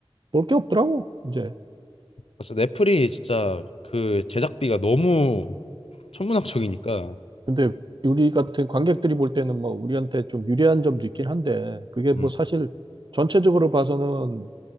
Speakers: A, on the right; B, on the left.
A: 볼 게 없더라고, 이제.
B: 그래서 넷플이 진짜 그 제작비가 너무 천문학적이니까
A: 근데 우리 같은 관객들이 볼 때는 뭐, 우리한테 좀 유리한 점도 있긴 한데, 그게 뭐
B: 음
A: 사실 전체적으로 봐서는